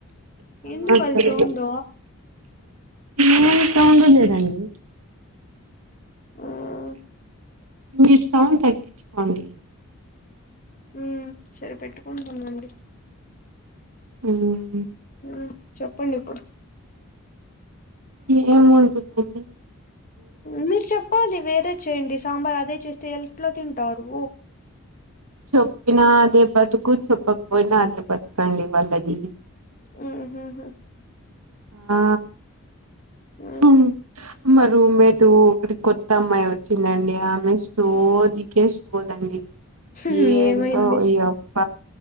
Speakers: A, on the right; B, on the left.
A: సౌండ్
B: ఎందుకు
A: వస్తుంది
B: అది సౌండ్
A: ఏం సౌండ్ లేదండి
B: ఉ
A: మీరు సౌండ్ తగించు కొండి
B: ఉ సరే పెట్టుకుంటున్నానండి
A: ఉహు
B: ఉ చెప్పండి ఇప్పుడు
A: ఏంముటుందండి
B: మీరు చెప్పాలి వేరే చేయండి సాంబార్ అదే చేస్తే ఎట్ల తింటారు
A: చొప్పినా అదే బతుకు చెప్పకపోయినా అదే బతుకండి వాళ్ళది
B: ఉ హు హు
A: ఆ
B: మ్
A: ఉమ్ మా రూమ్మేట్ ఒక కొత్త అమ్మాయి వచ్చిందండి ఆమె సోదికే పోదండి
B: మ్
A: ఏ
B: ఏమైంది
A: అంటో ఇ అప్ప